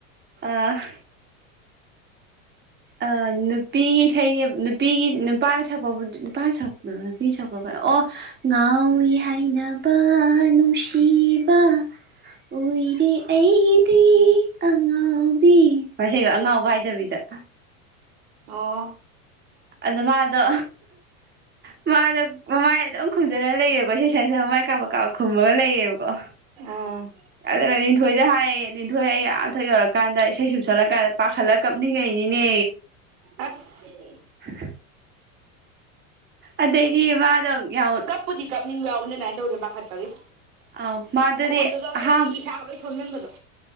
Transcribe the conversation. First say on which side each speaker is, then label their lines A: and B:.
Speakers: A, on the right (about 25°); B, on the right (about 70°).
A: ꯑ ꯑ ꯅꯨꯄꯤ ꯏꯁꯩꯅꯦ ꯅꯨꯄꯤꯒꯤ ꯅꯨꯄꯥꯅ ꯁꯛꯄꯕꯨ ꯅꯨꯄꯥꯅ ꯁꯛꯄ ꯅꯨꯄꯤ ꯁꯛꯄ ꯑꯣ ꯉꯥꯎꯏꯤ ꯍꯥꯏꯅꯕ ꯅꯨꯡꯁꯤꯕ ꯎꯏꯔꯦ ꯑꯩꯗꯤ ꯑꯉꯥꯎꯕꯤꯕ ꯑꯉꯥꯎꯕ ꯍꯥꯏꯗꯕꯤꯗ
B: ꯑꯣ
A: ꯑꯗꯨꯗ ꯃꯥ ꯑꯗꯣ ꯃꯥꯗ ꯃꯃꯥꯏ ꯑꯗꯨꯝ ꯈꯨꯝꯖꯂ ꯂꯩꯔꯦꯀꯣ ꯏꯁꯩ ꯁꯛ ꯁꯛ ꯃꯃꯥꯏ ꯀꯥꯞꯕ ꯀꯥꯞꯕ ꯈꯨꯝꯃꯒ ꯂꯩꯔꯦꯕꯀꯣ
B: ꯑꯥ
A: ꯑꯗꯨꯒ ꯅꯤꯊꯣꯏꯗ ꯍꯥꯏꯌꯦꯌꯦ ꯅꯤꯊꯣꯏ ꯑꯩ ꯑꯊꯛ ꯌꯧꯔꯀꯥꯟꯗ ꯏꯁꯩ ꯁꯨꯝ ꯁꯜꯂꯀꯥꯟꯗ ꯄꯥꯈꯠꯂ ꯀꯞꯅꯤꯡꯉꯩꯅꯤꯅꯦ
B: ꯑꯁ
A: ꯑ ꯑꯗꯩꯗꯤ ꯋꯥꯗ ꯌꯥꯎ
B: ꯀꯔ ꯀꯔꯤ
A: ꯑꯧ ꯃꯥꯗꯨꯗꯤ
B: ꯈꯣꯟꯗꯗ
A: ꯑꯍꯥꯟ
B: ꯃꯤꯁꯒ ꯈꯣꯝꯖꯤꯟꯕꯗꯣ